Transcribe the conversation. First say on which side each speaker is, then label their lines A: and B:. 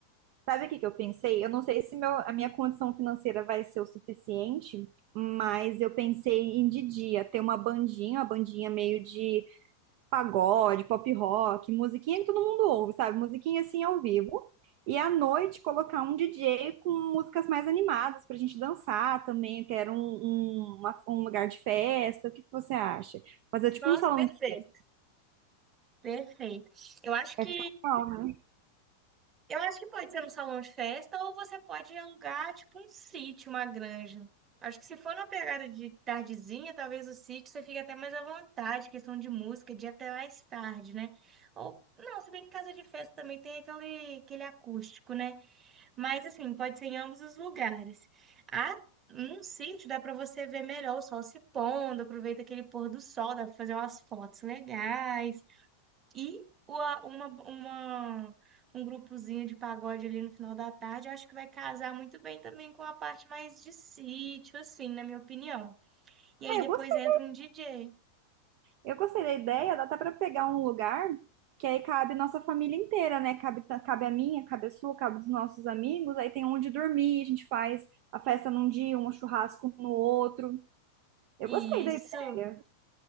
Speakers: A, on the right; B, on the right.
A: Sabe o que que eu pensei? Eu não sei se meu, a minha condição financeira vai ser o suficiente, mas eu pensei em de dia ter uma bandinha, uma bandinha meio de pagode, pop rock, musiquinha que todo mundo ouve, sabe? Musiquinha assim ao vivo. E à noite colocar um DJ com músicas mais animadas pra gente dançar também. Quero um, um, uma- um lugar de festa. O que que você acha? Fazer tipo
B: Nossa,
A: um salão
B: perfeito.
A: de festa.
B: Perfeito. Eu acho
A: Vai
B: que
A: ficar legal, né?
B: Eu acho que pode ser um salão de festa ou você pode alugar, tipo, um sítio, uma granja. Acho que se for uma pegada de tardezinha, talvez o sítio você fique até mais à vontade, questão de música, de ir até mais tarde, né? Ou, não, se bem que casa de festa também tem aquele, aquele acústico, né? Mas, assim, pode ser em ambos os lugares. Ah, num sítio dá para você ver melhor o sol se pondo, aproveita aquele pôr do sol, dá para fazer umas fotos legais e uma, uma, uma- um grupozinho de pagode ali no final da tarde, eu acho que vai casar muito bem também com a parte mais de sítio, assim, na minha opinião. E aí
A: Ah, eu
B: depois
A: gostei.
B: entra um DJ.
A: Eu gostei da ideia, dá até para pegar um lugar que aí cabe nossa família inteira, né? Cabe, cabe a minha, cabe a sua, cabe dos nossos amigos. Aí tem onde dormir, a gente faz a festa num dia, um churrasco no outro. Eu
B: Isso.
A: gostei da ideia.